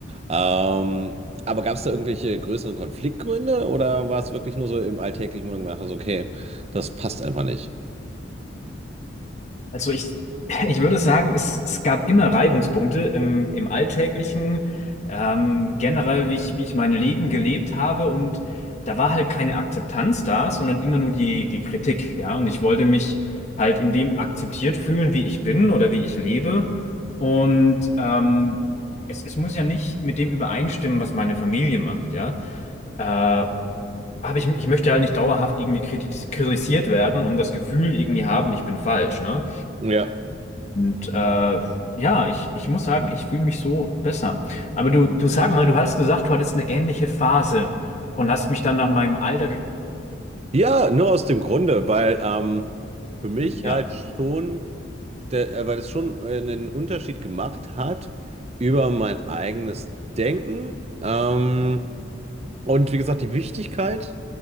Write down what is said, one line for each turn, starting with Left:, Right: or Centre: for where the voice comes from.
Right: Ähm, aber gab es da irgendwelche größeren Konfliktgründe oder war es wirklich nur so im alltäglichen, wo du gedacht hast, okay, das passt einfach nicht?
Left: Also ich, <laughs> ich würde sagen, es, es gab immer Reibungspunkte im, im Alltäglichen, ähm, generell, wie ich, wie ich mein Leben gelebt habe. Und da war halt keine Akzeptanz da, sondern immer nur die, die Kritik, ja. Und ich wollte mich halt in dem akzeptiert fühlen, wie ich bin oder wie ich lebe. Und ähm, es, es muss ja nicht mit dem übereinstimmen, was meine Familie macht, ja. Äh, habe ich, ich möchte halt nicht dauerhaft irgendwie kritis- kritisiert werden und das Gefühl irgendwie haben, ich bin falsch, ne?
Right: Ja.
Left: Und äh, ja, ich, ich muss sagen, ich fühle mich so besser. Aber du, du sag mal, du hast gesagt, du hattest eine ähnliche Phase und hast mich dann nach meinem Alter, ge
Right: Ja, nur aus dem Grunde, weil ähm, für mich
Left: ja.
Right: halt schon, der, äh, weil es schon äh, einen Unterschied gemacht hat über mein eigenes Denken. Ähm, und wie gesagt, die Wichtigkeit